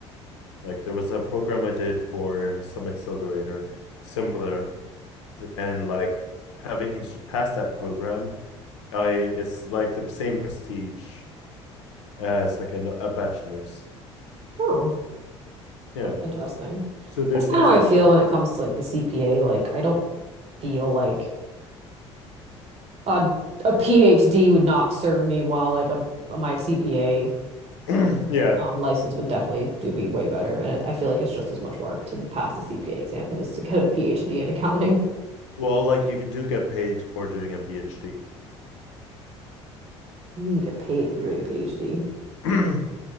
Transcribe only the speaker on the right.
Oh,
that's interesting.
That's kind
of how
I feel when it comes to like the CPA. Like I don't feel like Uh, a PhD would not serve me well, like a my CPA
um, license would definitely do me way better. And it, I feel like it's just as much work to pass the CPA exam than it is to get a PhD in accounting.
<laughs> You mean you get paid for doing a PhD?